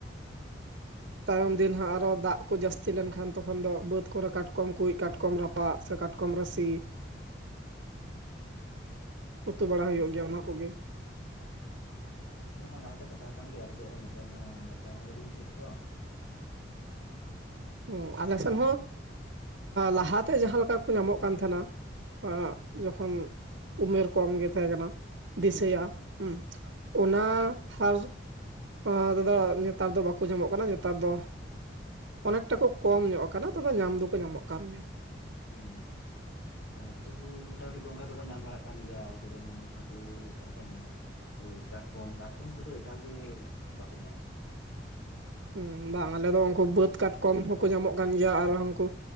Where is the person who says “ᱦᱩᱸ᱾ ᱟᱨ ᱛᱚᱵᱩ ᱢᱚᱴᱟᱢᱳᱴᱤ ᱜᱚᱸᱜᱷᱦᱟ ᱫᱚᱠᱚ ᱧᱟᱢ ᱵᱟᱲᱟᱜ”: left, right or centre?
Left